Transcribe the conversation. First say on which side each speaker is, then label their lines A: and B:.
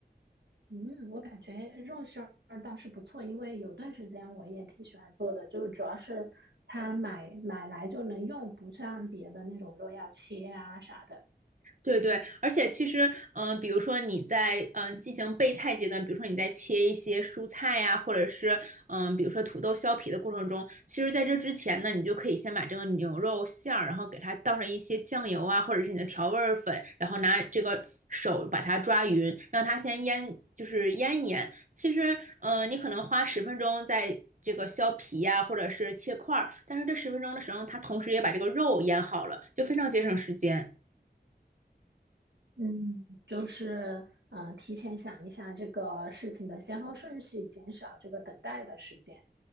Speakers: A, on the right (about 80°); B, on the right (about 45°).
A: 嗯，我感觉肉馅儿倒是不错，因为有段时间我也挺喜欢做的，就是主要是它买买来就能用，不像别的那种肉要切啊啥的。
B: 对对，而且其实，嗯、比如说你在嗯、呃进行备菜阶段，比如说你在切一些蔬菜呀、或者是嗯、比如说土豆削皮的过程中，其实在这之前呢，你就可以先把这个牛肉馅儿，然后给它倒上一些酱油啊，或者是你的调味儿粉，然后拿这个手把它抓匀，让它先腌，就是腌一腌。其实，嗯、你可能花十分钟在。这个削皮呀、或者是切块儿，但是这十分钟的时候，它同时也把这个肉腌好了，就非常节省时间。
A: 嗯，就是嗯、呃提前想一下这个事情的先后顺序，减少这个等待的时间。